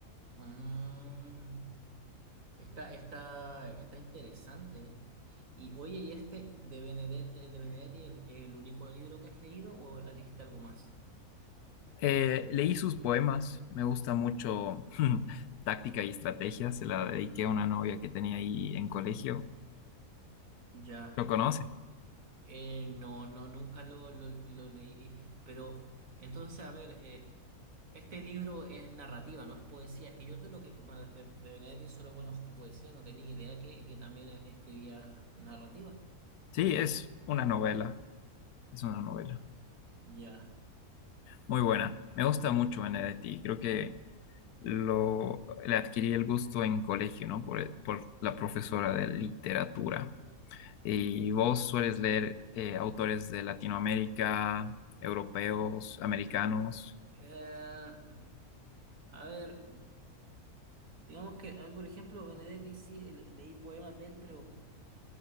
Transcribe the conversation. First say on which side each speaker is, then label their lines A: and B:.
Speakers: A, on the right; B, on the left.
A: Mm. Está, está, está interesante. Y oye, ¿y este de Benedetti, de Benedetti el, el único libro que has leído o leíste algo más?
B: Eh, leí sus poemas, me gusta mucho <laughs> Táctica y Estrategia, se la dediqué a una novia que tenía ahí en colegio.
A: Ya.
B: ¿Lo conoce?
A: Eh, no, no, nunca lo, lo, lo leí. Pero entonces, a ver, eh, este libro es narrativa, no es poesía. Es Que yo de lo que bueno, de, de Benedetti solo conozco poesía, no tenía idea que, que también e, escribía narrativa.
B: Sí, es una novela, es una novela.
A: Ya.
B: Muy buena. Me gusta mucho Benedetti. Creo que lo, le adquirí el gusto en colegio, ¿no? Por, por la profesora de literatura. ¿Y vos sueles leer eh, autores de Latinoamérica, europeos, americanos?
A: Eh, a ver. Digamos que, a ver, por ejemplo, Benedetti sí le- leí poemas de él, pero